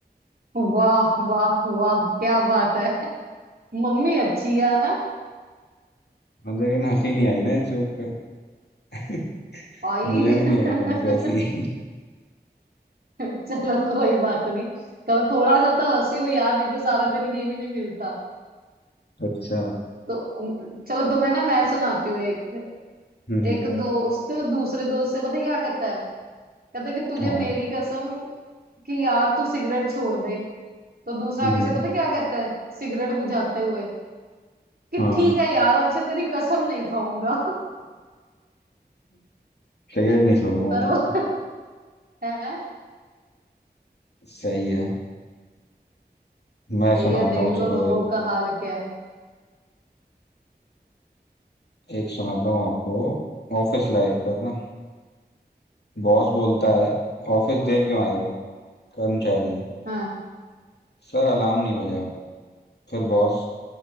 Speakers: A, on the right (about 60°); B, on the left (about 75°).
A: वाह वाह वाह क्या बात है मम्मी अच्छी है ना
B: मतलब लेकिन हंसी नहीं आई ना इस जोक पे <laughs>
A: आई
B: मुझे भी
A: <laughs>
B: नहीं आई ढंग से हंसी
A: चलो कोई बात नहीं कल थोड़ा सा तो हंसी हूँ यार नहीं तो सारा दिन ये भी नहीं मिलता
B: <laughs> अच्छा
A: तो उम, चलो तुम्हें ना मैं सुनाती हूँ एक
B: हम्म हम्म,
A: एक दोस्त दूसरे दोस्त से पता क्या कहता है कहता है कि तुझे
B: हाँ
A: मेरी कसम कि यार तू सिगरेट छोड़ दे तो दूसरा
B: हम्म
A: आगे
B: हम्म,
A: से पता क्या कहता है सिगरेट बुझाते हुए कि
B: हाँ
A: ठीक है यार अब से तेरी कसम नहीं खाऊंगा <laughs>
B: सिगरेट नहीं छोड़ूंगा
A: पर
B: लेकिन।
A: वो <laughs> है
B: सही है मैं सुनाता
A: सही है देख
B: हूँ
A: लो
B: चलो
A: लोगों
B: एक
A: का हाल क्या है
B: एक सुनाता हूँ आपको ऑफिस लाइफ पर ना बॉस बोलता है ऑफिस देर क्यों आए हो कर्मचारी
A: हाँ
B: सर अलार्म नहीं बजा फिर बॉस